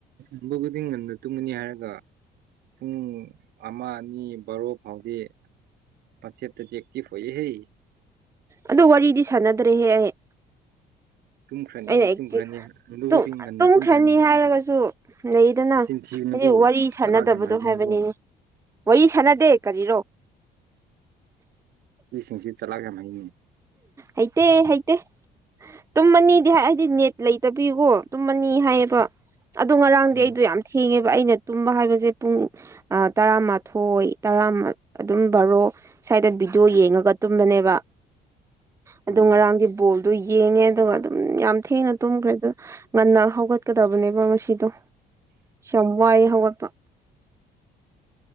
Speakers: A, on the right; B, on the right.
A: ꯍꯪꯕ ꯈꯨꯗꯤꯡ ꯉꯟꯅ ꯇꯨꯝꯒꯅꯤ ꯍꯥꯏꯔꯒ ꯄꯨꯡ ꯑꯃ ꯑꯅꯤ ꯕꯥꯔꯣ ꯐꯥꯎꯗꯤ ꯋꯥꯆꯦꯞꯇꯗꯤ ꯑꯦꯛꯇꯤꯞ ꯑꯣꯏꯍꯦ
B: ꯑꯗꯨ ꯋꯥꯔꯤꯗꯤ ꯁꯥꯟꯅꯗ꯭ꯔꯦꯍꯦ ꯑꯩ
A: ꯇꯨꯝꯈ꯭ꯔꯅꯤ
B: ꯑꯩꯅ ꯑꯦꯛꯇꯤꯞ
A: ꯇꯨꯝꯈ꯭ꯔꯅꯤ ꯍꯟꯕ
B: ꯇꯨꯝ
A: ꯈꯨꯗꯤꯡ ꯉꯟꯅ
B: ꯇꯨꯝꯈ꯭ꯔꯅꯤ
A: ꯉꯁꯤꯗꯤ
B: ꯍꯥꯏꯔꯒꯁꯨ ꯂꯩꯗꯅ
A: ꯅꯆꯤꯟ ꯊꯤꯒꯅꯨꯀꯣ
B: ꯍꯥꯏꯗꯤ ꯋꯥꯔꯤ ꯁꯥꯟꯅꯗꯕꯗꯣ
A: ꯆꯂꯥꯛ ꯌꯥꯝ ꯍꯩꯒꯅꯨꯀꯣ
B: ꯍꯥꯏꯕꯅꯤꯍꯦ ꯋꯥꯔꯤ ꯁꯥꯅꯗꯦ ꯀꯔꯤꯔꯣ
A: ꯅꯨꯄꯤꯁꯤꯡꯁꯦ ꯆꯥꯂꯥꯛ ꯌꯥꯝ ꯍꯩꯅꯦ
B: ꯍꯩꯇꯦ ꯍꯩꯇꯦ ꯇꯨꯝꯃꯅꯤꯗꯤ ꯍꯥꯏ ꯑꯩꯗꯤ ꯅꯦꯠ ꯂꯩꯇꯕꯒꯤꯀꯣ ꯇꯨꯝꯃꯅꯤ ꯍꯥꯏꯑꯕ ꯑꯗꯣ ꯉꯔꯥꯡꯗꯤ
A: ꯎꯝ
B: ꯑꯩꯗꯣ ꯌꯥꯝ ꯊꯦꯡꯉꯦꯕ ꯑꯩꯅ ꯇꯨꯝꯕ ꯍꯥꯏꯕꯁꯦ ꯄꯨꯡ ꯑ ꯇꯔꯥꯃꯥꯊꯣꯏ ꯇꯔꯥꯃ ꯑꯗꯨꯝ ꯕꯥꯔꯣ ꯁ꯭ꯋꯥꯏꯗ ꯚꯤꯗꯤꯑꯣ ꯌꯦꯡꯉꯒ ꯇꯨꯝꯕꯅꯦꯕ ꯑꯗꯨ
A: ꯎꯝ
B: ꯉꯔꯥꯡꯒꯤ ꯕꯣꯜꯗꯣ ꯌꯦꯡꯉꯦ ꯑꯗꯨꯒ ꯑꯗꯨꯝ ꯌꯥꯝ ꯊꯦꯡꯅ ꯇꯨꯝꯈ꯭ꯔꯦ ꯑꯗꯣ ꯉꯟꯅ ꯍꯧꯒꯠꯀꯗꯕꯅꯦꯕ ꯉꯁꯤꯗꯣ ꯌꯥꯝ ꯋꯥꯏ ꯍꯧꯒꯠꯄ